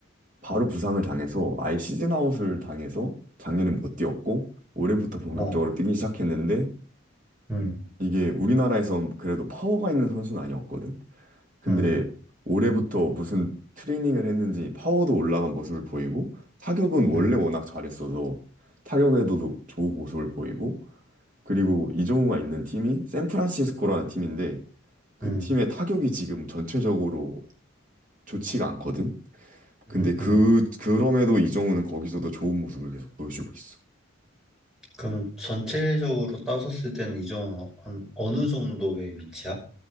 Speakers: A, on the right; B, in the centre.
A: 바로 부상을 당해서 아예 시즌 아웃을 당해서 작년엔 못 뛰었고 올해부터 본격적으로
B: 어,
A: 뛰기 시작했는데
B: 음,
A: 이게 우리나라에선 그래도 파워가 있는 선수는 아니었거든. 근데
B: 음,
A: 올해부터 무슨 트레이닝을 했는지 파워도 올라간 모습을 보이고 타격은 원래
B: 음,
A: 워낙 잘했어서 타격에도 좋은 모습을 보이고 그리고 이정우가 있는 팀이 샌프란시스코라는 팀인데 그
B: 음,
A: 팀의 타격이 지금 전체적으로 좋지가 않거든.
B: 음,
A: 근데 그
B: 음.
A: 그럼에도 이정우는 거기서도 좋은 모습을 계속 보여주고 있어.
B: 그럼 전체적으로 따졌을 때는 이종은 한 어느 정도의 위치야?